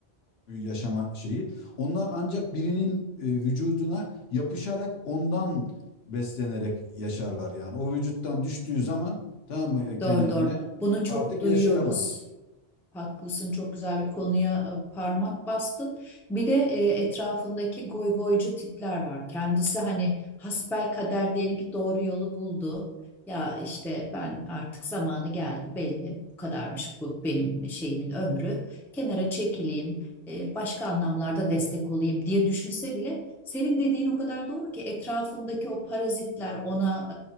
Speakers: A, on the left; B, in the centre.
A: e, yaşama şeyi. Onlar ancak birinin e, vücuduna yapışarak ondan beslenerek yaşarlar yani. O vücuttan düştüğü zaman tamam mı e, kenemine
B: Doğru doğru. Bunu çok
A: artık
B: duyuyoruz.
A: yaşayamaz.
B: Haklısın, çok güzel bir konuya e, parmak bastın. Bir de e, etrafındaki goygoycu tipler var. Kendisi hani hasbelkader diyelim ki doğru yolu buldu. Ya işte ben artık zamanı geldi belli. Bu kadarmış bu benim şeyimin ömrü. Kenara çekileyim, e, başka anlamlarda destek olayım diye düşünse bile senin dediğin o kadar doğru ki etrafındaki o parazitler ona